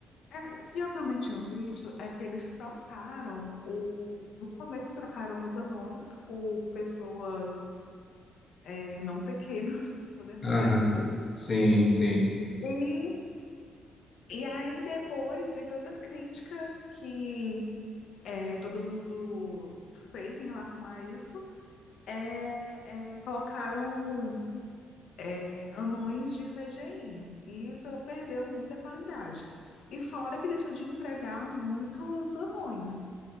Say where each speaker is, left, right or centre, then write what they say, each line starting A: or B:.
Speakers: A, on the left (about 70°); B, on the left (about 35°).
A: É, o que eu também tinha visto é que eles trocaram o. No começo trocaram os anões por pessoas é, não pequenas, <laughs> podemos
B: Aham.
A: dizer assim.
B: Sim, sim.
A: E, e aí, depois de tanta crítica que é, todo mundo fez em relação a isso, é, é, colocaram é, anões de CGI. E isso perdeu muita qualidade. E fora que deixou de empregar muitos anões.